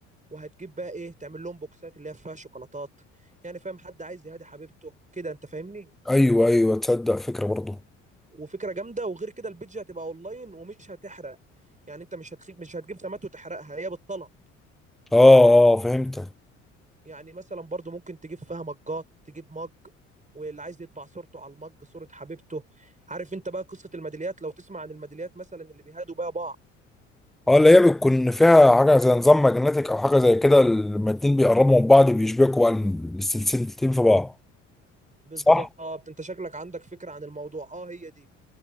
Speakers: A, on the right; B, in the centre.
A: وهتجيب بقى ايه تعمل لهم بوكسات اللي هي فيها شوكولاتات يعني فاهم حد عايز يهادي حبيبته كده انت فاهمني
B: ايوه ايوه تصدق فكره برضه
A: وفكره جامده وغير كده البيدج هتبقى اونلاين ومش هتحرق يعني انت مش هتخيب مش هتجيب خامات وتحرقها هي بالطلب
B: اه اه فهمتك
A: يعني مثلا برضو ممكن تجيب فيها مجات تجيب مج واللي عايز يطبع صورته على المج صورة حبيبته عارف انت بقى قصة الميداليات لو تسمع عن الميداليات مثلا اللي بيهادوا بيها بعض
B: اه اللي هي بتكون فيها حاجة زي نظام ماجنتيك أو حاجة زي كده لما الاتنين بيقربوا من بعض بيشبكوا بقى السلسلتين في بعض
A: بالظبط
B: صح؟
A: انت شكلك عندك فكرة عن الموضوع اه هي دي